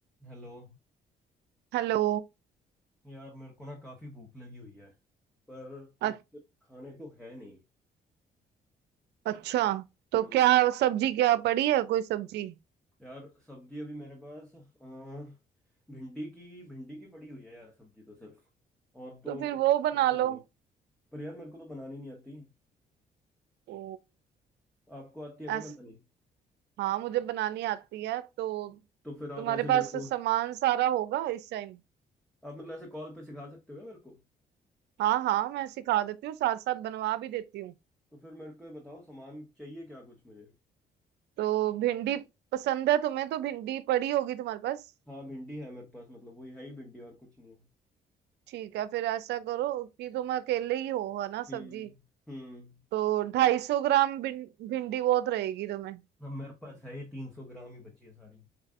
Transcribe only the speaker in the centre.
Hello
यार मेरे को ना काफी भूख लगी हुई है पर कुछ
खाने को है नहीं
हम्म
यार सब्जी अभी मेरे पास अ, भिंडी की भिंडी की पड़ी हुई है यार सब्जी तो सिर्फ और तो
कुछ
सब्जी
नहीं है पर यार मेरे को तो बनानी नहीं आती
आपको आती है क्या
बनानी
तो फिर आप
ऐसे
मेरे को
आप मतलब ऐसे कॉल पे सिखा सकते हो क्या मेरे को
तो फिर मेरे को ये बताओ सामान चाहिए क्या कुछ मुझे
हाँ भिंडी है मेरे पास मतलब वही है ही भिंडी और कुछ नहीं है
हम्म
हम्म
हाँ मेरे पास है ही तीन सौ ग्राम ही बची है सारी